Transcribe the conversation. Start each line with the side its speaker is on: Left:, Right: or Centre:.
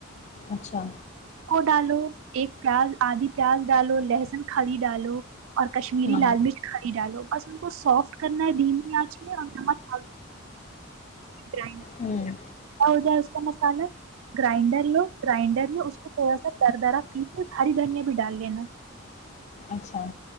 Left: اچھا
Right: وہ ڈالو ایک پیاز آدھی پیاز ڈالو لہسن خھی ڈالو اور کشمیری
Left: ہوں
Right: لال مرچھ ڈالو بس ان کو سافٹ کرنا ہے دمی آنچ میں اور نک ھڈا
Left: ہوں
Right: ہو جائے اس مسالہ گرنڈر لو گرائنڈر میں اس کو تھوڑا سا در درا پی ہ دھنیا بھی ڈال لینا
Left: اچھا